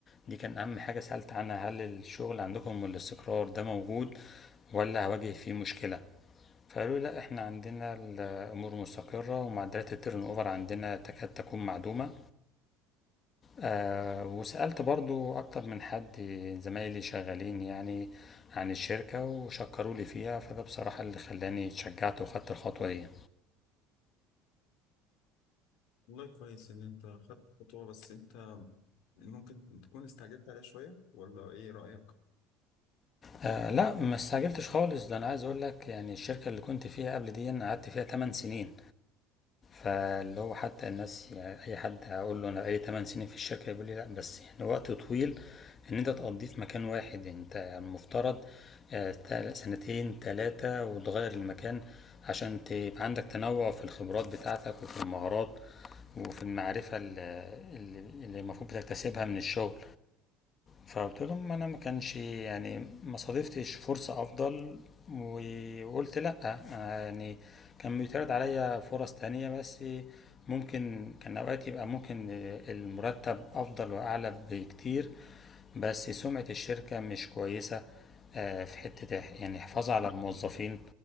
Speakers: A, on the left; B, on the left.
A: دي كان أهم حاجة سألت عنها هل الشغل عندكم والاستقرار ده موجود ولا هواجه فيه مشكلة؟ فقالوا لي لا احنا عندنا الامور مستقره ومعدلات التيرن اوفر عندنا تكاد تكون معدومه آه وسالت برضو اكتر من حد زمايلي شغالين يعني عن الشركه وشكروا لي فيها فده بصراحه اللي خلاني اتشجعت وخدت الخطوه دي
B: والله كويس إن أنت خدت خطوة بس أنت ممكن تكون استعجلت عليها شوية ولا إيه رأيك؟
A: آه لا ما استعجلتش خالص ده انا عايز اقول لك يعني الشركه اللي كنت فيها قبل دي أنا قعدت فيها 8 سنين فاللي هو حتى الناس يعني اي حد هقول له انا بقالي 8 سنين في الشركه يقول لي لا بس يعني وقت طويل ان انت تقضيه في مكان واحد انت المفترض آه، تل- سنتين تلاتة وتغير المكان عشان تبقى عندك تنوع في الخبرات بتاعتك وفي المهارات وفي المعرفة اللي اللي- اللي المفروض بتكتسبها من الشغل فقلت لهم انا ما كانش يعني ما صادفتش فرصة افضل و- وقلت لا أنا يعني كان بيتعرض عليا فرص تانية بس ممكن كان اوقات يبقى ممكن المرتب افضل واعلى بكتير بس سمعة الشركة مش كويسة آه، في حتة إح- يعني حفاظ
B: لا.
A: على الموظفين